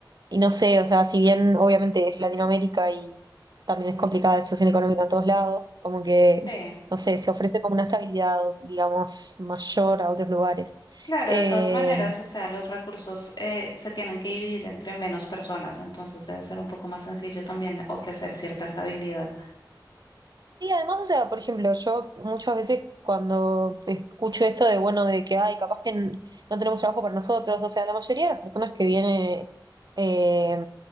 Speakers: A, on the right (about 55°); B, on the left (about 60°).
A: y no sé, o sea, si bien obviamente es Latinoamérica y también
B: Mm,
A: es complicada la situación económica en todos lados, como que,
B: Sí,
A: no sé, se ofrece como una estabilidad, digamos, mayor a otros lugares.
B: claro,
A: Eh,
B: de todas maneras, o sea, los recursos eh, se tienen que dividir entre menos personas, entonces debe ser un poco más sencillo también ofrecer cierta estabilidad.
A: Sí, además, o sea, por ejemplo, yo muchas veces cuando escucho esto de, bueno, de que, ay, capaz que n- no tenemos trabajo para nosotros, o sea, la mayoría de las personas que viene eh,